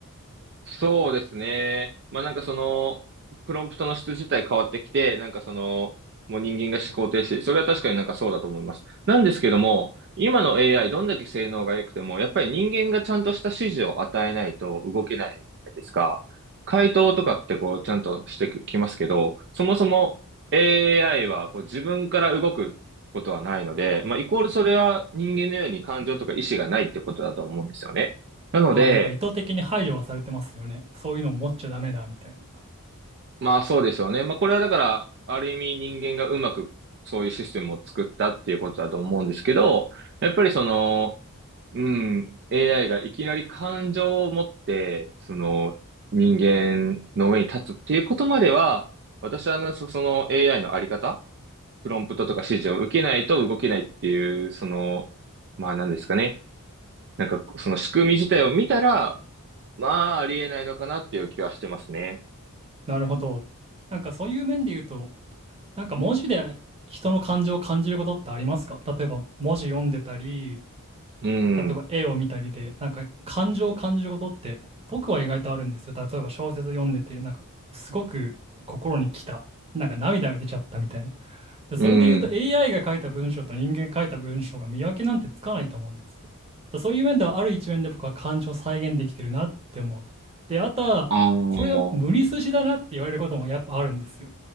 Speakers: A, on the right; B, on the right.
A: そうですね。まあなんかその、プロンプトの質自体変わってきて、なんかその、もう人間が思考停止。それは確かになんかそうだと思います。なんですけども、今の AI どんだけ性能が良くても、やっぱり人間がちゃんとした指示を与えないと動けないじゃないですか。回答とかってこうちゃんとしてきますけど、そもそも AI はこう自分から動くことはないので、まあイコールそれは人間のように感情とか意思がないってことだと思うんですよね。なので、
B: まあなんか意図的に排除はされてますよね。そういうのを持っちゃダメだみたいな。
A: まあそうでしょうね。まあこれはだから、ある意味人間がうまくそういうシステムを作ったっていうことだと思うんですけど、やっぱりその、うん、AI がいきなり感情を持って、その人間の上に立つっていうことまでは、私はあのそその AI のあり方、プロンプトとか指示を受けないと動けないっていう、その、まあ何ですかね。なんかその仕組み自体を見たら、まあありえないのかなっていう気はしてますね。
B: なるほど。なんかそういう面で言うと、なんか文字で人の感情を感じることってありますか例えば文字読んでたり、
A: うん。
B: 例えば絵を見たりで、なんか感情を感じることって僕は意外とあるんですよ。例えば小説読んでて、なんかすごく心に来た、なんか涙が出ちゃったみたいな。で、
A: うん。
B: それで言うと AI が書いた文章と人間が書いた文章が見分けなんてつかないと思うんですよ。だそういう面ではある一面で僕は感情を再現できてるなって思う。で、あとは、
A: ああ、
B: これが無理筋だなって言われることもやっぱあるんですよ。